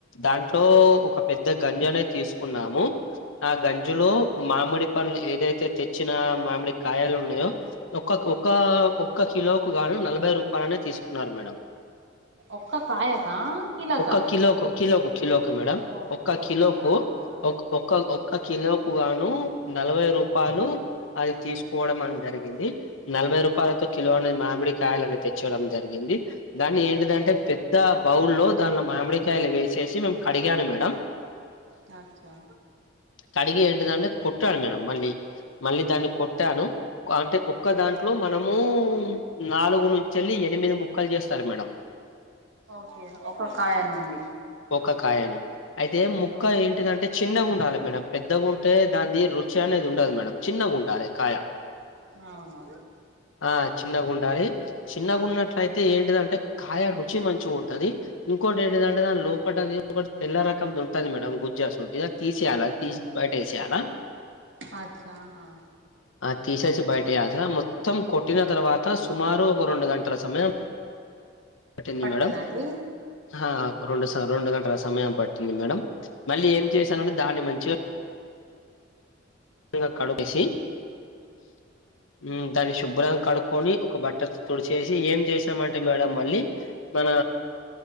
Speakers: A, on the left (about 70°); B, on the right (about 65°).
A: దాంట్లో ఒక. పెద్ద గంజొనె తీసుకున్నాము ఆ గంజిలో. మామిడి పండ్లు ఏదైతే తెచ్చిన మామిడి కాయలు ఉన్నాయో. ఒక్ కక్ ఒక్క కిలోకి గాను నలభై రూపాయలనే తీసుకున్నారు మేడం
B: ఒక్క కాయకా కిలకా
A: ఒక్క కిలోకు కిలోకు కిలోకి మేడం.
B: ఓకే
A: ఒక్క
B: ఓకే
A: కిలోకు
B: అచ్చా
A: ఒ ఒక్క ఒక్క కిలోకు గాను నలభై రూపాయలు అది తీసుకోవడం అనేది జరిగింది. నలభై రూపాయలతో కిలోనే మామిడి కాయలని తెచ్చడం జరిగింది. దాన్ని ఏంటిదంటే పెద్ద బౌల్ లో దానిలో మామిడికాయలు వేసేసి మేము కడిగాను మేడం.
B: అచ్చా
A: కడిగి ఎంటిదంటే కొట్టాను మేడం మళ్ళీ మళ్ళీ దాన్ని కొట్టాను అంటే ఒక్క దాంట్లో మనము నాలుగు నుంచేళ్ళి ఎనిమిది ముక్కలు చేస్తారు మేడం.
B: ఒకే కాయ నుండి
A: ఒక్క కాయను అయితే ముక్క
B: ఓకే
A: ఏంటిదంటే చిన్నగా ఉండాలే మేడం పెద్దగా ఉంటే దాన్ని రుచి అనేది ఉండదు మేడం. చిన్నగుండాలే కాయ
B: అవునవును
A: ఆ చిన్నగా ఉండాలీ చిన్నగున్నట్లయితే ఏంటిదంటే కాయ రుచి మంచిగా ఉంటది ఇంకోకటి ఏంటిందంటే దానీ లోపట అది ఒకటి తెల్లర. కం ఉంటది మేడమ్ గుజ్జాస్ ఉంటంది అది తీసేయాలా తీసి బయటేసేయాలా
B: అచ్చాహా
A: ఆ తీసేసి బయట యాస మొత్తం కొట్టిన తర్వాత సుమారు ఒక రెండు గంటల సమయం. పట్టింది
B: పడుతదండి
A: మేడం ఆ. రెండు సరు రెండు గంటల సమయం పట్టింది మేడం మళ్ళీ ఏం చేశానంటే దాన్ని మంచిగా ఇంకా కడు ఎసి ఉ దాన్ని శుభ్రంగా కడుక్కొని ఒక బట్టర్తో తుడిచేసి ఏం చేసామం టే మేడం మళ్ళీ మన